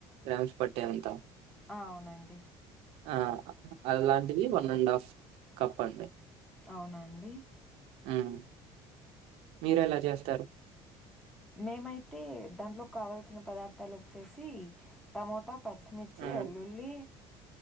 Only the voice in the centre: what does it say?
అవునండి.
అవునండి.
మేమైతే దాంట్లో కావాల్సిన పదార్థాలు వచ్చేసి టమోటా. పచ్చిమిర్చి
ఎల్లుల్లి.